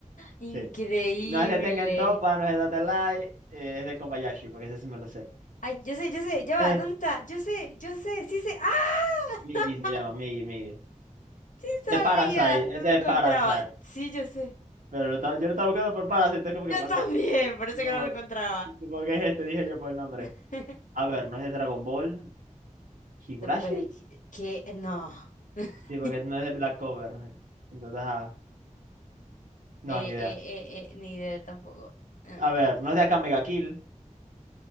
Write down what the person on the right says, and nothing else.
Sí. No es de Tengen Toppa, no es de Data Light, eh, es de Kobayashi, porque ese sí me lo sé.
Eh,
Migi se llama,
Migi, Migi.
De
Parasite, ese
es Parasite.
Pero lo estaba- yo lo estaba buscando por Parasite, entonces como que,
bueno,
como,
como que es este, dije yo por el nombre.
A ver, no es de Dragon Ball, Higurashi,
sí, porque no es de Black Clover. Entonces, ajá, no,
ni idea.
A ver,
no es de acá Mega Kill.